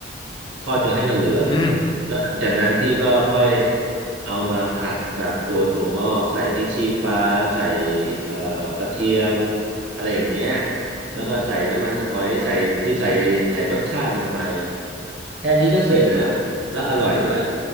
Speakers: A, on the right; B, on the left.
A: ทอดจนให้มันเหลือง
B: อืม
A: แล้วหลังจากนั้นพี่ก็ค่อยเอามาผัดกับตัวถั่วงอกใส่พริกชี้ฟ้าใส่เอ่อกระเทียมอะไรอย่างเงี้ยแล้วก็ใส่น้ำมันหอยใส่คือใส่ใส่รสชาติลงไปแค่นี้ก็เสร็จแล้วแล้วอร่อยด้วย